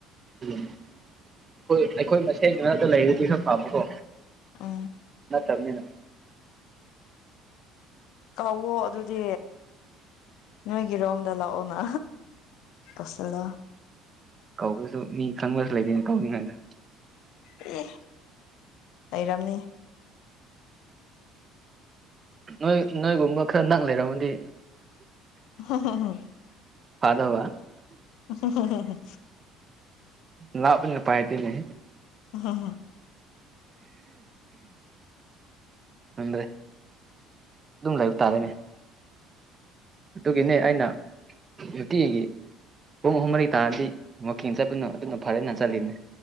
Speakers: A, on the right; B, on the left.
A: ꯑꯩꯈꯣꯏ ꯑꯩꯈꯣꯏ ꯃꯁꯦꯟꯗꯨꯅꯗ ꯂꯩꯔꯗꯤ ꯈꯔ ꯄꯥꯝꯕꯀꯣ
B: ꯑ
A: ꯅ ꯊꯝꯅꯤ ꯅ
B: ꯀꯥꯎꯋꯣ ꯑꯗꯨꯗꯤ ꯅꯣꯏꯒꯤꯔꯣꯝꯗ ꯂꯥꯛꯑꯣꯅ ꯀꯧꯁꯜꯂꯣ
A: ꯀꯧꯕꯁꯨ ꯃꯤ ꯈꯪꯕꯁꯨ ꯂꯩꯇꯦꯅꯦ ꯀꯧꯏꯉꯩꯗ
B: ꯑꯦ ꯂꯩꯔꯝꯅꯤ
A: ꯅꯣꯏ ꯅꯣꯏꯒꯨꯝꯕ ꯈꯔ ꯅꯛ ꯂꯩꯔꯝꯃꯗꯤ
B: ꯍ ꯍ ꯍ
A: ꯄꯥꯗ ꯋꯥ
B: ꯍ ꯍ ꯍ ꯍ
A: ꯂꯥꯛ ꯄꯥꯏꯇꯅꯦ
B: ꯍꯝ ꯍ
A: ꯈꯪꯗꯦ ꯑꯗꯨꯝ ꯂꯩꯕ ꯇꯥꯔꯦꯅꯦ ꯑꯗꯨꯒꯤꯅꯦ ꯑꯩꯅ ꯇꯤꯒꯤ ꯄꯨꯡ ꯑꯍꯨꯝ ꯃꯔꯤ ꯇꯥꯔꯗꯤ ꯋꯀꯤꯡ ꯆꯠꯄꯅꯣ ꯑꯗꯨꯅ ꯐꯔꯦꯟꯅ ꯆꯠꯂꯤꯅꯦ